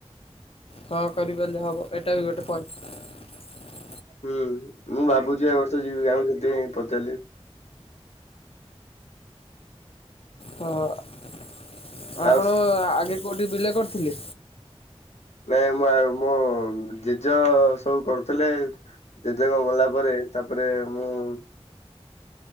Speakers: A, on the left (about 60°); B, on the left (about 80°).
A: ହଁ କରିପାରିଲଲେ ହବ, ଏଇଟା ବି ଗୋଟେ ପଏଣ୍ଟ
B: ହୁଁ ମୁଁ ଭାବୁଛି ଏ ବର୍ଷ ଯିବି ଆମ ସେଠି ପଚାରିଲି।
A: ହଁ <inaudible> ଆପଣ
B: ଆଉ
A: ଆଗେ <inaudible> କୋଉଠି ବିଲ କରିଥିଲେ?
B: ନାଇଁ ମୁଁ ଆଉ ମୋ ଜେଜେ ସବୁ କରୁଥିଲେ। ଜେଜେଙ୍କ ମଲା ପରେ ତାପରେ ମୁଁ,